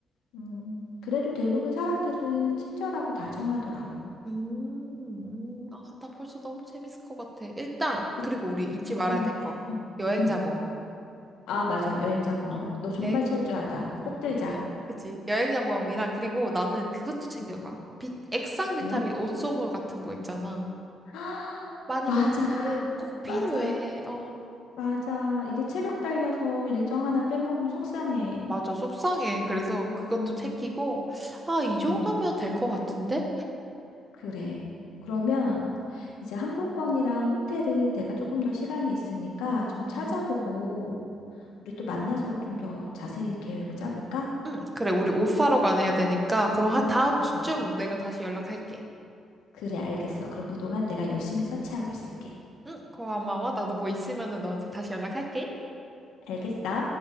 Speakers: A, on the left; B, on the right.
A: 음, 그래도 대부분 사람들은 친절하고 다정하더라고.
B: 음, 음, 아, 나 벌써 너무 재밌을 것 같아. 일단,
A: 그,
B: 그리고 우리 잊지
A: 너무
B: 말아야
A: 설렌다.
B: 될 거.
A: 응,
B: 여행자
A: 응.
B: 보험.
A: 아, 맞아. 여행자 보험.
B: 어.
A: 너 정말
B: 여행,
A: 철저하다.
B: 어,
A: 꼭 들자.
B: 예, 그치. 여행자 보험이랑, 그리고 나는 그것도 챙겨가.
A: 음.
B: 비, 액상 비타민
A: 뭐?
B: 오쏘몰 같은 거 있잖아.
A: <gasps> 아,
B: 많이
A: 맞아.
B: 걷는 날은 꼭
A: 맞아.
B: 필요해. 어.
A: 맞아. 이게 체력 딸려서 일정 하나 빼먹으면 속상해.
B: 맞아, 속상해. 그래서 그것도
A: 음.
B: 챙기고, 아, 이 정도면
A: 응.
B: 될 것 같은데?
A: 그래. 그러면 이제 항공권이랑 호텔을 내가 조금 더 시간이 있으니까 좀
B: 응응
A: 찾아보고 우리 또 만나서 좀 더 자세히 계획을 짜볼까?
B: 응, 그래, 우리 옷 사러 가야 되니까, 그럼 한 다음
A: 어.
B: 주쯤 내가 다시 연락할게.
A: 그래, 알겠어. 그럼 그동안 내가 열심히 서치하고 있을게.
B: 응, 고마워. 나도 뭐 있으면은 너한테 다시 연락할게.
A: 알겠어?